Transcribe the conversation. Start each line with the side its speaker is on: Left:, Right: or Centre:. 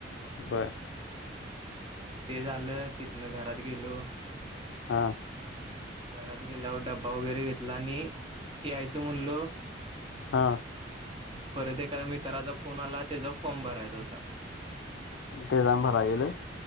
Left: बरं.
Right: ते झालं तिथन घरात गेलो
Left: हा.
Right: घरात गेल्यावर डब्बा वगैरे घेतला आणि यायचं म्हणलो.
Left: हा.
Right: परत एका मित्राचा फोन आला त्याचा फॉर्म भरायचा होता.
Left: ते जाम भरा गेलस